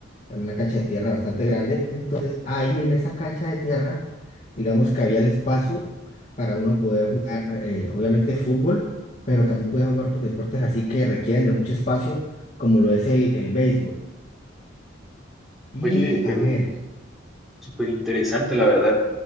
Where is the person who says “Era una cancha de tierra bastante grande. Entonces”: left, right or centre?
Left